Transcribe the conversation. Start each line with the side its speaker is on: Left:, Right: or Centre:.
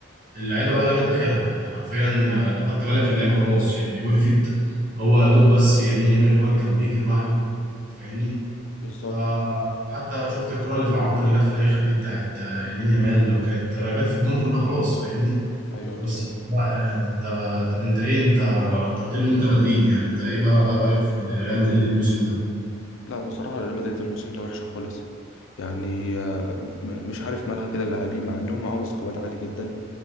Right: اللعيبه بقى جابت اخرها يعني حرفيا آه، لو خدت بالك اللعيبه خلاص يعني وقفت هو يا دوب بس يمين يامال هو اللي كان بيجري لوحده فاهمني
Left: بالظبط
Right: فحتى شفت الكره اللي في العرض اللي جت في الاخر دي بتاعت آه، يمين يامال لو كانت جت في الجون كنا خلاص فاهمني
Left: ايوه
Right: بس
Left: بالظبط
Right: بقى يعني انت طب انت ايه انت انت قلت لي ان انت مدريدي يعني انت ايه بقى رايك في مد- ريال مدريد الموسم ده؟
Left: لا بصراحه ريال مدريد الموسم ده وحشه خالص يعني آه، م- مش عارف مالها كده اللاعبين مع انهم معاهم سكواد عالي جدا